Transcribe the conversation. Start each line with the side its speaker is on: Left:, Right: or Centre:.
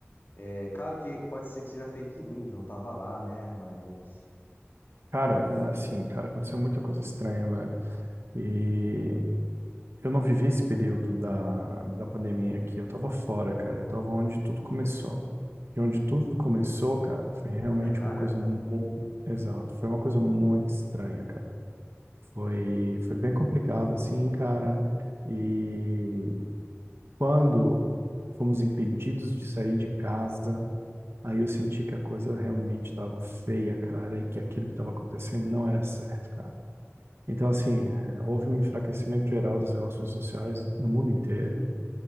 Left: É, claro que pode ser que seja fake news, eu não tava lá, né, mas...
Right: Cara, assim, cara, aconteceu muita coisa estranha, velho. E eu não vivi esse período da, da pandemia aqui, eu tava fora, cara, eu tava onde tudo começou. E onde tudo começou, cara, foi realmente
Left: Na Itália?
Right: uma coisa muito, exato, foi uma coisa muito estranha, cara. Foi, foi bem complicado, assim, cara. E quando fomos impedidos de sair de casa, aí eu senti que a coisa realmente estava feia, cara, e que aquilo que estava acontecendo não era certo, cara. Então, assim, é, houve um enfraquecimento geral das relações sociais no mundo inteiro.